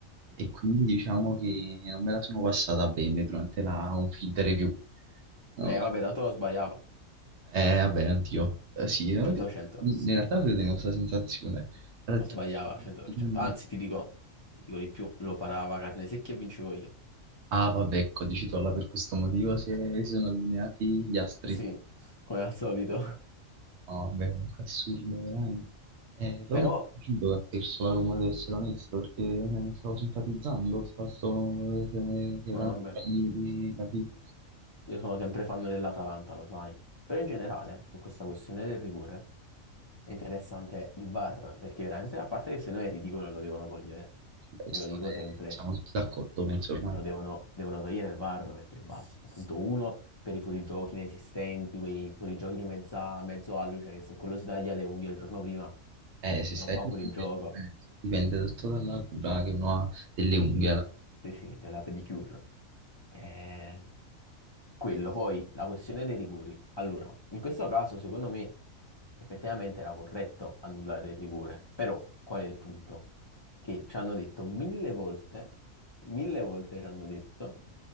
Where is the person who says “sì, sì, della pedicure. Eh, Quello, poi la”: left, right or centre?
Left